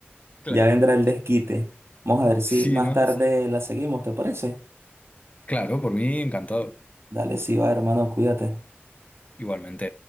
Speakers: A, on the left; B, on the right.
A: Claro.
B: Ya vendrá el desquite. Vamos a ver si
A: Sí,
B: más
A: ¿no?
B: tarde
A: Sí.
B: la seguimos, ¿te parece?
A: Claro, por mí encantado.
B: Dale, sí, va, hermano, cuídate.
A: Igualmente.